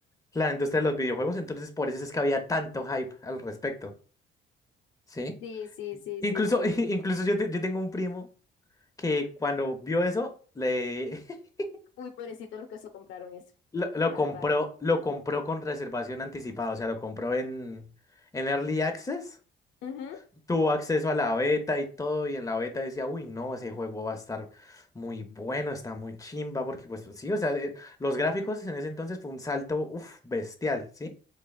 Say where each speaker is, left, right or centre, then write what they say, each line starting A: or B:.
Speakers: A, on the left (about 15°); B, on the left (about 80°).
A: la industria de los videojuegos, entonces por eso es que había tanto hype al respecto, ¿sí?
B: Sí, sí, sí,
A: Incluso,
B: sí, sí,
A: <laughs>
B: sí.
A: incluso yo, te- yo tengo un primo que cuando vio eso, le <laughs>
B: Uy, pobrecitos los que se compraron eso,
A: lo, lo
B: la
A: compró,
B: verdad.
A: lo compró con reservación anticipada, o sea, lo compró en, en Early Access,
B: Ujú,
A: tuvo acceso a la beta y todo, y en la beta decía, uy, no, ese juego va a estar muy bueno, está muy chimba, porque pues sí, o sea, eh, los gráficos en ese entonces fue un salto, uff, bestial, ¿sí?